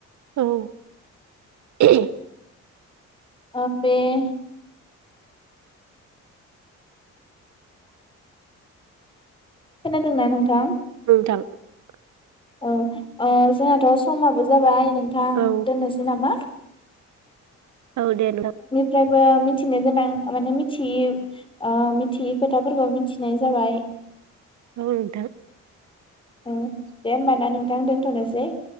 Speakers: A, on the right; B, on the left.
A: औ <unintelligible>
B: अ बे - खोनादोंना नोंथां?
A: <unintelligible>
B: औ ओ जोहाथ' समाबो जाबाय नोंथां
A: औ
B: दोननोसै नामा
A: औ दे नोंथां।
B: फ्रायबो मिथिनो गोनां माने मिथियि ओ मिथियि खोथाफोरखौ मिथिनाय जाबाय।
A: औ नोंथां।
B: ओ दे होमबा ना नोंथां दोनथ'नोसै।